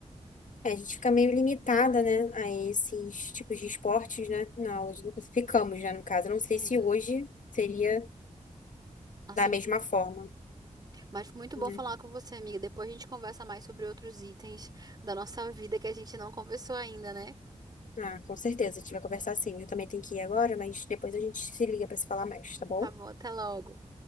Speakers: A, on the left; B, on the right.
A: A gente fica meio limitada, né, a esses tipos de esportes, né, na aula de educação. Ficamos, né, no caso. Eu Não sei
B: Uhum.
A: se hoje seria
B: Assim.
A: da mesma forma.
B: Mas foi muito bom
A: né?
B: falar com você, amiga. Depois a gente conversa mais sobre outros itens da nossa vida que a gente não conversou ainda, né?
A: Ah, com certeza, a gente vai conversar sim. Eu também tenho que ir agora, mas depois a gente se liga para se falar mais, tá bom?
B: Tá bom, até logo.